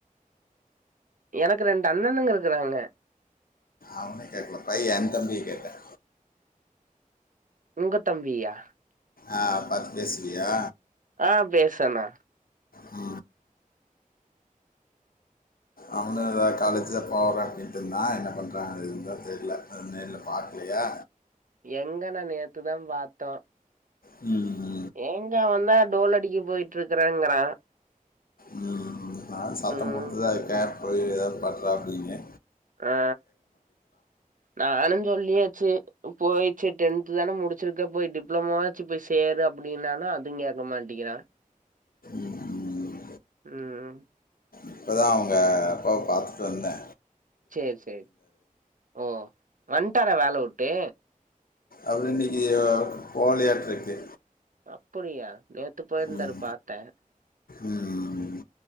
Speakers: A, on the right; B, on the left.
A: எனக்கு ரெண்டு அண்ணனுங்க இருக்குறாங்க
B: அவன கேக்குலப்பா ஏ தம்பிய கேட்ட
A: உங்க தம்பியா
B: ஆ பாத்து பேசுவியா
A: ஆ பேஸ்வணா
B: ஆ அவனூ எதோ காலேஜ் தா போற அப்டின்ட்டு இருந்தா என்ன பண்றா இதுதா தெரியில அது நேர்ல பாக்கலையா
A: எங்கண்ண நேத்துதா பாத்தோ
B: ம்
A: எங்க அவந்தா டோல் அடிக்க போயிட்ருக்கறேங்கிறா
B: ம் நானு சத்தம்
A: ம்
B: போட்த்தா இருக்கே போய் எதாவது பட்றா அப்டின்னு
A: அ நானுஞ் சொல்லியாச்சு போயிச்சி டென்த்து தான முடிச்சிருக்கே போய் டிப்ளமாவாச்சு போய் சேரு அப்டின்னாலு அதுவு கேக்க மாட்டேங்கிறா
B: ம் ம்
A: ம்
B: இப்பதா அவுங்க அப்பாவ பாத்துட்டு வந்தே
A: சேரி சேரி ஓ வந்ட்டாரா வேல உட்டு
B: அது இன்னைக்கி போலையாட்ருக்கு
A: அப்புடியா நேத்து போயிருந்தாரு
B: ம்
A: பாத்தே
B: ம்